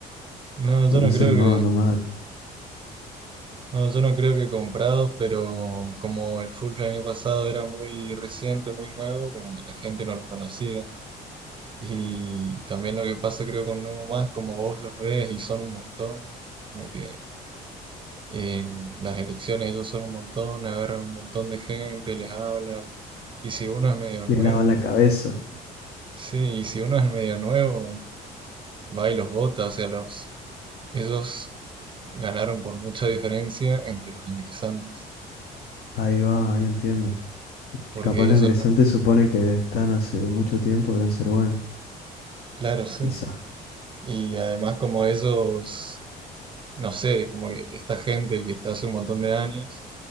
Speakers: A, on the right; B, on the left.
A: No,
B: ¿O
A: yo
B: no
A: no
B: se
A: creo
B: animaba
A: que,
B: nomás?
A: no, yo no creo que comprados, pero como el full el año pasado era muy reciente, muy nuevo, como que la gente no los conocía. Y también lo que pasa creo con Nuevo Más, como vos los ves y son un montón, como que En las elecciones ellos son un montón, agarran un montón de gente, les hablan. Y si uno es medio nuevo,
B: Le lavan la cabeza.
A: sí, y si uno es medio nuevo, va y los vota. O sea, los, ellos ganaron por mucha diferencia entre los ingresantes.
B: Ahí va, ahí entiendo.
A: Porque
B: Capaz los
A: ellos
B: ingresantes
A: no.
B: suponen que están hace mucho tiempo, deben ser buenos.
A: Claro, sí.
B: Quizás,
A: Y además como ellos, no sé, como que esta gente que está hace un montón de años,